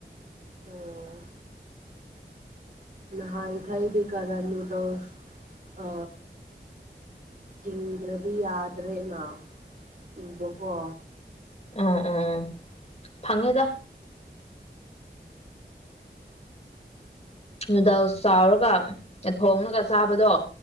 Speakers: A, on the right (about 55°); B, on the left (about 35°).
A: ꯑꯣ ꯅꯍꯥꯏ ꯊꯩꯕꯤ ꯀꯔꯥ ꯅꯨꯗꯜꯁ ꯊꯤꯡꯗ꯭ꯔꯗꯤ ꯌꯥꯗ꯭ꯔꯦꯅ ꯎꯕꯀꯣ
B: ꯑꯣ ꯑꯣ ꯐꯪꯉꯦꯗ꯫ ꯅꯨꯗꯜꯁ ꯆꯥꯎꯔꯒ ꯊꯣꯉꯒ ꯆꯥꯕꯗꯣ꯫